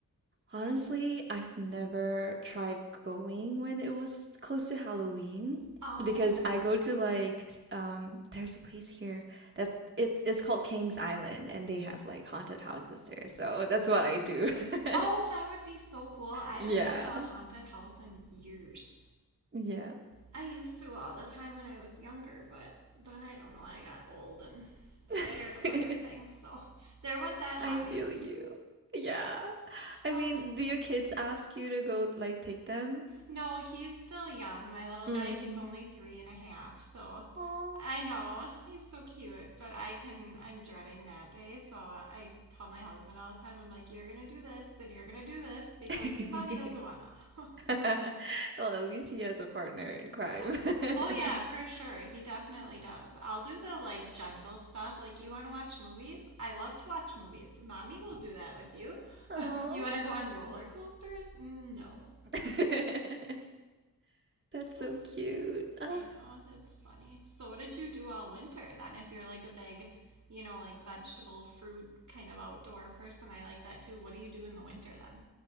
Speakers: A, on the right; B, on the right.
A: Honestly, I've never tried going when it was close to Halloween
B: Oh.
A: because I go to like um there's a place here that's it, it's called King's Island and they have like haunted houses there. So that's what I do. <laughs>
B: Oh, that would be so cool. I
A: Yeah.
B: haven't been to a haunted house in years.
A: Yeah.
B: I used to all the time when I was younger, but then I don't know, I got old and scared
A: <laughs>
B: of everything. So <laughs> there went that hobby.
A: I feel you. Yeah. I
B: Oh,
A: mean,
B: that's
A: do your
B: so
A: kids
B: funny.
A: ask you to go like take them?
B: No, he's still young, my little
A: Mm.
B: guy. He's only three and a half, so
A: Aw.
B: I know he's so cute, but I can, I'm dreading that day. So I tell my husband all the time, I'm like, you're gonna do this and you're gonna do this because
A: <laughs>
B: mommy doesn't wanna. <laughs>
A: <laughs> Well, at least he has a partner in crime.
B: oh,
A: <laughs>
B: oh, yeah, for sure. He definitely does. I'll do the like gentle stuff. Like, you wanna watch movies? I love to watch movies. Mommy will do that with you.
A: Oh,
B: <laughs> you wanna go on roller coasters? Mm, No.
A: <laughs> That's so
B: Oh,
A: cute. Ah.
B: I know, it's funny. So, what did you do all winter then? If you're like a big, you know, like vegetable, fruit kind of outdoor person, I like that too. What do you do in the winter then?